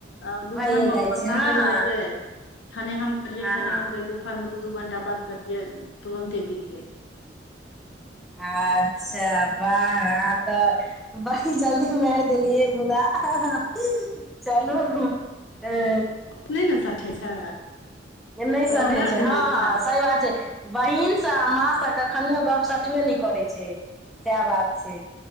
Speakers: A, on the left; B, in the centre.
A: आऽ दुपहर-
B: भइए
A: मे
B: जाइ
A: अपन
B: छै
A: लागल
B: हँ हँ
A: रहियै खाने हम करियै
B: हँ
A: खने
B: हँ
A: ओ करियै दुपहरमे दू दू घण्टा बाद करियै तुरन्ते बीत गेलै
B: अच्छा बाह आब तऽ बरी जल्दी माइर देलियै मुदा हाँ हाँ चलू ए
A: नै न सठे छै
B: नहि
A: तहो
B: सटै
A: द
B: छै
A: दिए
B: हँ
A: ने
B: हँ सही बात छै बहिन सँ आ माँ स कखनियो गप सठबे नै करे छै सएह बात छै